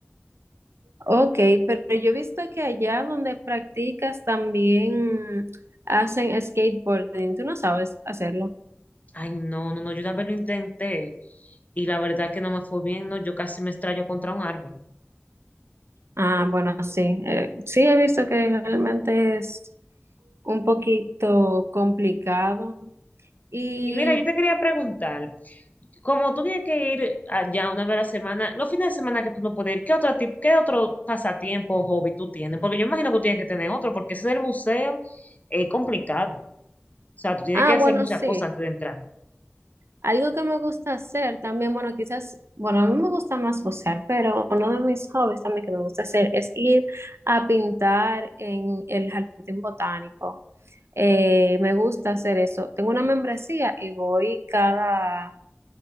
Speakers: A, on the right; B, on the left.
A: ok, pero yo he visto que allá donde practicas también hacen skateboarding. ¿Tú no sabes hacerlo?
B: Ay, no, no, no, yo una vez lo intenté y la verdad que no me fue bien, no, yo casi me estrello contra un árbol.
A: Ah, bueno, sí. eh, sí, he visto que realmente es un poquito complicado. Y,
B: Y mira, yo te quería preguntar, como tú tienes que ir allá una vez a la semana, los fines de semana que tú no puedes ir, ¿qué otro tip- qué otro pasatiempo o hobby tú tienes? Porque yo imagino que tú tienes que tener otro, porque ese del buceo es complicado. O sea, tú tienes
A: ah,
B: que hacer
A: bueno,
B: muchas
A: sí.
B: cosas antes de entrar.
A: Algo que me gusta hacer también, bueno, quizás, bueno, a mí me gusta más gozar, pero uno de mis hobbies también que me gusta hacer es ir a pintar en el jardín botánico. Eh, me gusta hacer eso. Tengo una membresía y voy cada,